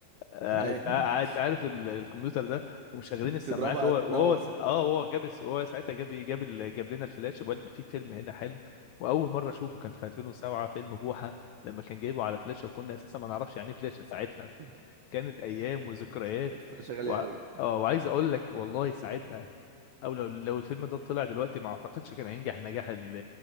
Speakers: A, on the left (about 75°); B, on the right (about 80°).
A: قاعد
B: ايوه
A: قاعد-
B: <laughs>
A: عارف ال- الكمبيوتر ده وشغالين السماعات
B: تضربها
A: هو
B: تنور
A: وهو س- اه هو جاب الس- هو ساعتها جاب جاب ال- جاب لنا الفلاش وقال ده في فيلم هنا حلو واول مره اشوفه كان في 2007 فيلم بوحه لما كان جايبه على فلاشه وكنا اساسا ما نعرفش يعني ايه فلاشه ساعتها
B: <laughs>
A: كانت ايام وذكريات
B: كانت الفلاشة غالية
A: و...
B: أوي
A: اه وعايز اقول لك والله ساعتها او لو لو الفيلم ده طلع دلوقتي ما اعتقدش كان هينجح النجاح ال-